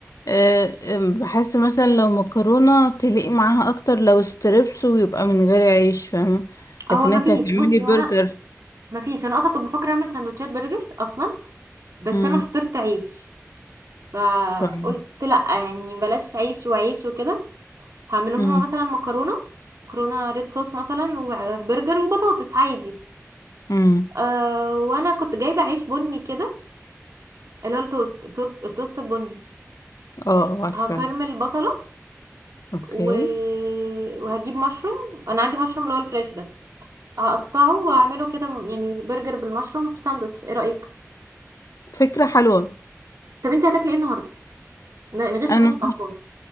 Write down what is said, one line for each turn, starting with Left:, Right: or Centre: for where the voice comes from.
Left: آه، آه، بحس مثلا لو مكرونة تليق معاها اكتر لو ستريبس ويبقى من غير عيش فاهمة
Right: هو
Left: لكن
Right: ما
Left: انت
Right: فيش
Left: هتعملي
Right: بصي
Left: برجر
Right: وانا ما فيش انا اصلا كنت بفكر اعمل سندوتشات برجر اصلا بس
Left: امم
Right: انا فطرت عيش فقلت
Left: فاهمة
Right: لا يعني بلاش عيش وعيش وكده هعملهم
Left: امم
Right: هما مثلا مكرونه مكرونه ريد صوص مثلا وبرجر وبطاطس عادي
Left: امم
Right: أه وانا كنت جايبه عيش بني كده اللي هو التوست التوست التوست البني
Left: اه عارفة
Right: هكرمل بصله
Left: اوكي
Right: و... وهجيب مشروم انا عندي مشروم اللي هو الفريش ده هقطعه واعمله كده يعني برجر بالمشروم في ساندوتش ايه رايك
Left: فكرة حلوة
Right: طب انت هتاكلي ايه النهارده ن- نغش
Left: انا
Right: منك افكار